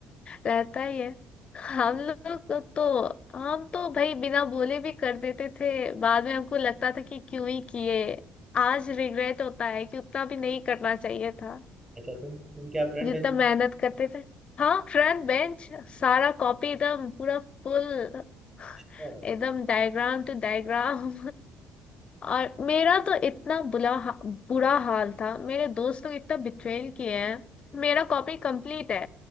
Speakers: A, on the left (about 40°); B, on the right (about 20°).
A: रहता ही है हम लोग को तो हम तो भाई बिना बोले भी कर देते थे बाद में हमको लगता था कि क्यों ही किए आज रिग्रेट होता है कि उतना भी नहीं करना चाहिए था
B: अच्छा तुम तुम क्या फ्रंट
A: जितना
B: बेंच
A: मेहनत करते थे हाँ फ्रंट बेंच सारा कॉपी एकदम पूरा फुल
B: अच्छा
A: एकदम डायग्राम टू डायग्राम और मेरा तो इतना बुला हा, बुरा हाल था मेरे दोस्त लोग इतना बिट्रेल किए हैं मेरा कॉपी कंप्लीट है